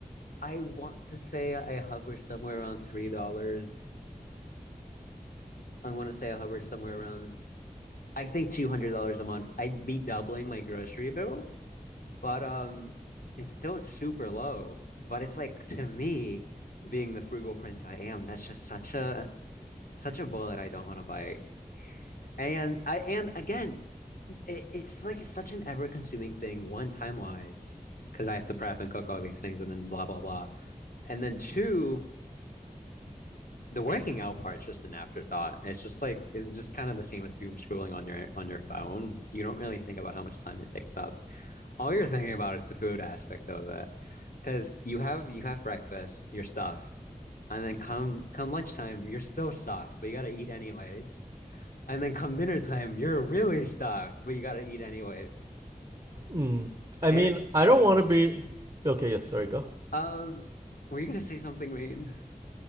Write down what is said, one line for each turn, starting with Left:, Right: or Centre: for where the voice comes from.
Left: I want to say I hover somewhere around three dollars. I want to say I hover somewhere around I think two hundred dollars a month. I'd be doubling my grocery bill, but um, it's still super low. But it's like to me, being the frugal prince I am, that's just such a such a bullet I don't want to bite. And I and again, it, it's like it's such an ever-consuming thing. One, time-wise, because I have to prep and cook all these things, and then blah blah blah. And then two, the working out part's just an afterthought. It's just like it's just kind of the same as doom scrolling on your on your phone. You don't really think about how much time it takes up. All you're thinking about is the food aspect of it, because you have you have breakfast, you're stuffed, and then come come lunchtime, you're still stuffed, but you got to eat anyways. And then come dinner time, you're really stuffed, but you gotta eat anyways.
Right: mm. I
Left: And
Right: mean,
Left: it's
Right: I don't want to be. Okay, yes, sorry, go.
Left: um, were you gonna say something mean?